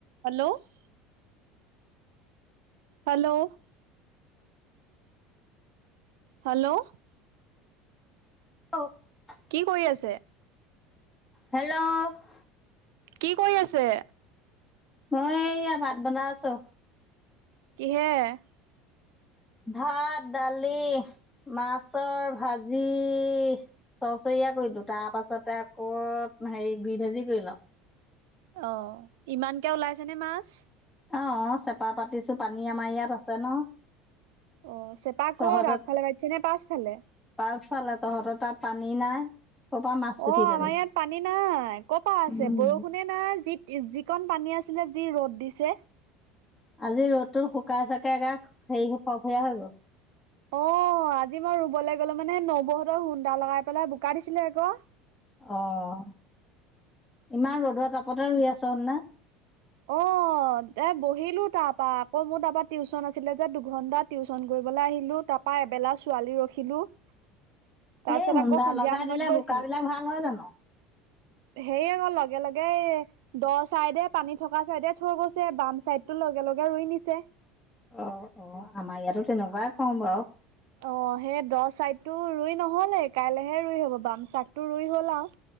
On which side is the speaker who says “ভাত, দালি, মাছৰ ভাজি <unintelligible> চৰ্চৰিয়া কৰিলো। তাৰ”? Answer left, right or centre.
Centre